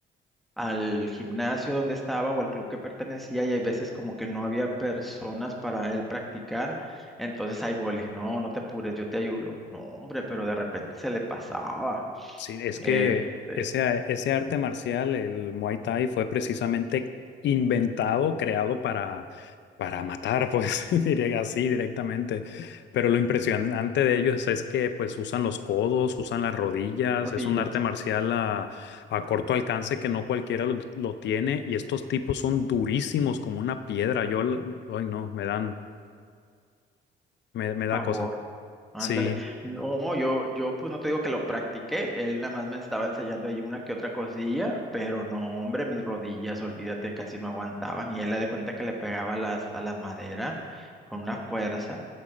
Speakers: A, in the centre; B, on the left (about 65°).
A: al gimnasio donde estaba o al club que pertenecía y hay veces como que no había personas para él practicar, entonces ahí voy, le dije, no, no te apures, yo te ayudo. No, hombre, pero de repente se le pasaba.
B: Sí, es que
A: Este,
B: ese, ese arte marcial, el Muay Thai, fue precisamente inventado, creado para, para matar, pues <laughs> diría así directamente. Pero lo impresionante de ellos es que pues usan los codos, usan las rodillas,
A: rodillas.
B: es un arte marcial a, a corto alcance que no cualquiera lo, lo tiene y estos tipos son durísimos como una piedra. Yo, l- ay no, me dan, me, me da
A: favor.
B: cosa. Sí,
A: Ándale. No, yo, yo pues no te digo que lo practiqué. Él nada más me estaba enseñando ahí una que otra cosilla, pero no, hombre, mis rodillas, olvídate, casi no aguantaban. Y él le de cuenta que le pegaba a las, a la madera con una fuerza.